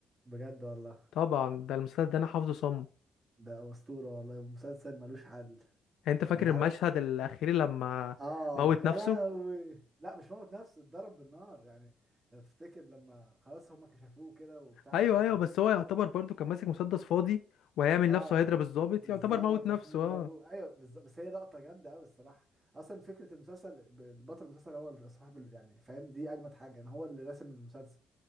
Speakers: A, on the right; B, on the left.
A: بجد والله
B: طبعا ده المسلسل ده انا حافظه صم
A: ده اسطوره والله مسلسل ملوش حل
B: انت فاكر
A: انت عارف
B: المشهد الاخير لما
A: اه
B: موت
A: يا
B: نفسه
A: لهوي لا مش موت نفسه اتضرب بالنار يعني لو تفتكر لما خلاص هم كشفوه كده وبتاع
B: ايوه
A: وهو
B: ايوه بس هو يعتبر برضو كان ماسك مسدس فاضي وهيعمل
A: اه
B: نفسه هيضرب الضابط
A: بالظبط
B: يعتبر موت نفسه
A: عشان يضربوه
B: اه
A: ايوه بالظبط بس هي لقطه جامده قوي الصراحه اصلا فكره المسلسل ب- البطل المسلسل هو اللي صاحب ال- يعني فاهم دي اجمد حاجه ان هو اللي راسم المسلسل